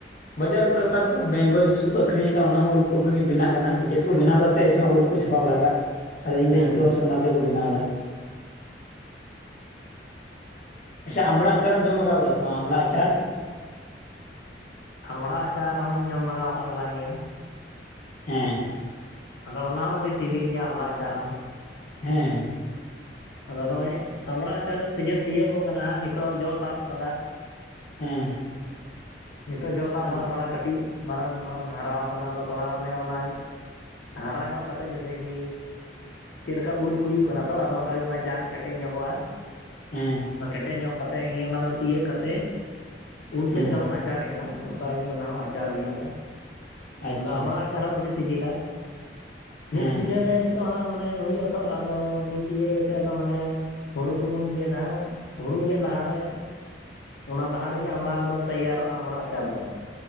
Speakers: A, on the left (about 45°); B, on the left (about 80°).
A: ᱵᱟᱡᱟᱨ ᱠᱚᱨᱮ ᱚᱠᱟ ᱫᱚᱠᱚ <unintelligible> ᱡᱩᱥ ᱠᱚᱠᱚ ᱟᱹᱠᱷᱨᱤᱧ ᱮᱜ ᱠᱟ ᱚᱱᱟ ᱦᱚᱸ ᱩᱞ <unintelligible> ᱵᱮᱱᱟᱜ ᱠᱟᱱᱟ ᱥᱮ ᱪᱮᱫ ᱛᱮᱠᱚ ᱵᱮᱱᱟᱣ ᱮᱫᱟ <unintelligible> ᱠᱚ ᱪᱷᱟᱯᱟ ᱵᱟᱲᱟ ᱠᱟᱜ ᱟᱫᱚ ᱤᱧ
B: ᱦᱮᱸ
A: ᱫᱚ ᱤᱱᱠᱟᱹ ᱚᱱᱟ ᱛᱮᱠᱚ ᱵᱮᱱᱟᱣ ᱫᱟ ᱟᱪᱪᱷᱟ ᱟᱢᱲᱟ ᱟᱪᱟᱨ ᱮ ᱡᱚᱢ ᱞᱮᱜᱟᱣ ᱟᱠᱟᱫᱟ ᱥᱮ ᱵᱟᱝ ᱟᱢᱲᱟ ᱟᱪᱟᱨ
B: ᱟᱢᱲᱟ ᱟᱪᱟᱨ ᱦᱚᱸᱧ ᱡᱚᱢ ᱞᱟᱜᱟᱣ ᱟᱠᱟᱫ ᱛᱟᱞᱟᱝ ᱜᱮᱭᱟ᱾
A: ᱦᱮᱸ
B: ᱟᱫᱚ ᱚᱱᱟ ᱦᱚᱸ ᱟᱹᱰᱤ ᱥᱤᱵᱤᱞ ᱜᱮᱭᱟ ᱟᱢᱲᱟ ᱟᱪᱟᱨ ᱦᱚᱸ
A: ᱦᱮᱸ
B: ᱟᱫᱚ ᱱᱚᱜᱼᱚᱭ ᱟᱢᱲᱟ ᱟᱪᱟᱨ ᱥᱤᱡᱮᱱ ᱛᱤᱭᱳ ᱜᱚᱜ ᱠᱟᱱᱟ ᱦᱟᱸᱜ ᱱᱤᱛᱚᱜ ᱡᱚ ᱥᱟᱵ ᱠᱟᱫᱟ
A: ᱦᱮᱸ
B: ᱱᱤᱛᱚᱜ ᱡᱚ ᱥᱟᱵ
A: ᱟᱫᱚ
B: ᱠᱟᱱᱟ ᱛᱷᱚᱲᱟ ᱠᱟᱹᱴᱤᱡ ᱢᱟᱨᱟᱝ ᱢᱟᱨᱟᱝ ᱦᱟᱨᱟᱣ ᱟᱠᱟᱱᱟ ᱟᱫᱚ ᱛᱷᱚᱲᱟ ᱢᱟᱱᱮ ᱚᱱᱟ ᱦᱟᱨᱟ ᱧᱚᱜ ᱠᱟᱛᱮᱫ ᱡᱮ ᱥᱮ ᱠᱤ ᱪᱮᱫ ᱞᱮᱠᱟ ᱩᱞ ᱠᱩᱭᱩᱜ ᱠᱟᱱᱟ ᱛᱚ ᱟᱫᱚ ᱚᱱᱠᱟ ᱜᱮ ᱚᱱᱟ ᱡᱟᱝ ᱠᱮᱴᱮᱡ ᱧᱚᱜᱚᱜᱼᱟ
A: ᱦᱮᱸ
B: ᱠᱮᱴᱮᱡ ᱧᱚᱜ ᱠᱟᱛᱮ ᱤᱭᱟᱹ ᱚᱱᱟ ᱫᱚ ᱛᱤᱭᱳᱜ ᱠᱟᱛᱮ ᱩᱞ ᱪᱮᱫ
A: ᱦᱮᱸ
B: ᱞᱮᱠᱟ ᱵᱚᱱ ᱟᱪᱟᱨᱟ ᱟᱪᱟᱨ ᱮᱱᱟ ᱚᱱᱠᱟ ᱜᱮ ᱚᱱᱟ ᱦᱚᱸ ᱟᱪᱟᱨ ᱦᱩᱭᱩᱜᱼᱟ
A: ᱟᱪᱪᱷᱟ
B: ᱟᱫᱚ ᱟᱢᱲᱟ ᱟᱫᱚ ᱟᱢᱟ ᱦᱚᱸ ᱟᱹᱰᱤ ᱥᱤᱵᱤᱞᱟ ᱱᱤᱛ
A: ᱦᱮᱸ
B: ᱥᱤᱡᱮᱱ ᱨᱮ ᱱᱤᱛᱚᱜ ᱦᱟᱸᱜ ᱢᱟᱱᱮ ᱦᱩᱭᱩᱜ-ᱟ ᱛᱚ ᱟᱫᱚ ᱱᱤᱛ ᱤᱭᱟᱹ ᱤᱭᱟᱹᱛᱮ ᱟᱫᱚ ᱢᱟᱱᱮ ᱦᱳᱲᱳ ᱠᱚ ᱵᱚᱱ ᱜᱮᱫᱟ ᱦᱳᱲᱳ ᱜᱮᱫ ᱞᱟᱦᱟᱨ ᱨᱮ ᱚᱱᱟ ᱞᱟᱦᱟ ᱨᱮᱜᱮ ᱟᱢᱲᱟ ᱫᱚ ᱛᱮᱭᱟᱨᱚᱜᱼᱟ ᱟᱢᱲᱟ ᱟᱪᱟᱨ ᱫᱚ